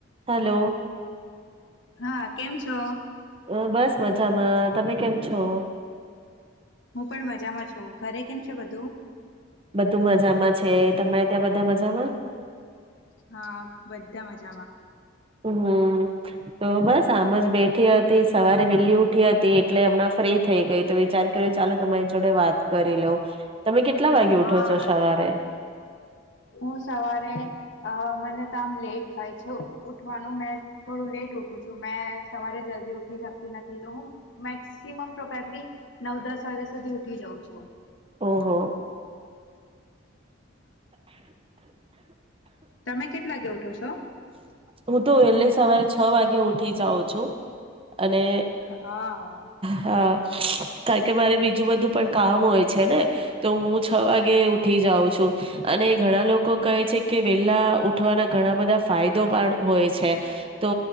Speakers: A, on the right; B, on the left.
A: Hello.
B: હા કેમ છો?
A: અ બસ મજામાં તમે કેમ છો?
B: હું પણ મજામાં છું ઘરે કેમ છે બધું
A: બધું મજામાં છે તમારે ત્યાં બધા મજામાં.
B: હા બધા મજા
A: હમ તો બસ આમ જ બેઠી હતી સવારે વહેલી ઉઠી હતી એટલે હમણાં ફ્રી થઈ ગઈ તો વિચાર કર્યો ચાલો તમારી જોડે વાત કરી લઉવ કેટલા વાગે
B: હા
A: ઉઠો છો સવારે
B: હું સવારે અ મને તો આમ લેટ થાય છે ઉઠવાનું મેં થોડું લેટ ઉઠુવ મે સવારે જલ્દી ઉઠી શકતી નથી તો હું મેક્સિમ નવ દસ વાગ્યા સુધી ઉઠી જાઉ છું
A: ઓહ.
B: તમે કેટલા વાગ ઉઠો છો?
A: હું તો વહેલે સવારે છ વાગે ઉઠી જાઉં છું અને
B: હા
A: હા કારણ કે મારે બીજું બધું પણ કામ હોય છે ને તો હું છ વાગે ઉઠી જાઉં છું અને ઘણા લોકો કહે છે કે વેલા ઉઠવાના ઘણા બધા ફાયદો પણ હોય છે તો